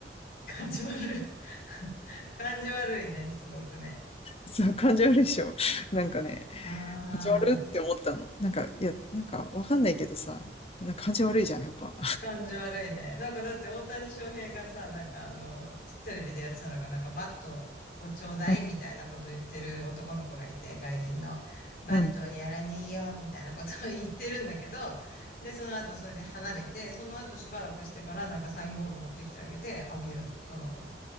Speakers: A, on the left (about 55°); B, on the left (about 35°).
A: ー、感じ悪い。<laughs> 感じ悪いね、すごくね。
B: そう、感じ悪いでしょ。なんかね、
A: ああ。
B: 感じ悪って思ったの。なんか、いや、なんかわかんないけどさ、なんか感じ悪いじゃん、やっぱ。
A: 感じ悪いね。なんかだって大谷翔平がさ、なんかあの、テレビでやってたのが、なんかバットをちょうだいみたいなことを言ってる男の子がいて、
B: うん、
A: 外人の。バットはやらにえよみたいなことを言ってるんだけど、
B: うん、
A: で、その後それで離れて、その後しばらくしてからなんかサインボール持ってきてあげて、あげるの、その子に。